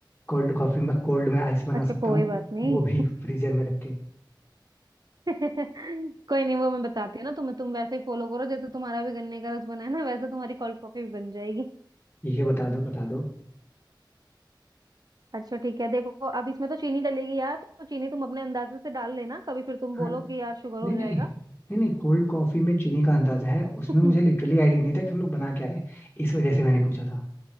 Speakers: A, on the left; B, on the right.
A: कोल्ड कॉफी में कोल्ड में आइस बना
B: अच्छा
A: सकता
B: कोई
A: हूँ
B: बात नहीं
A: वो भी फ्रीजर में रख के
B: <laughs> कोई नहीं वो मैं बताती हूँ ना तुम्हें तुम वैसे ही फॉलो करो जैसे तुम्हारा भी गन्ने का रस बना है ना वैसे तुम्हारी कोल्ड कॉफी भी बन जाएगी
A: ठीक है बता दो बता दो
B: अच्छा ठीक है देखो अब इसमें तो चीनी डलेगी यार तो चीनी तुम अपने अंदाजे से डाल लेना कभी फिर तुम
A: हाँ
B: बोलो कि यार शुगर हो
A: नहीं
B: जाएगा
A: नहीं नहीं नहीं कोल्ड कॉफी में चीनी का अंदाजा है उसमें
B: <laughs>
A: मुझे लिटरली आइडिया नहीं था कि हम लोग बना क्या रहे हैं इस वजह से मैंने पूछा था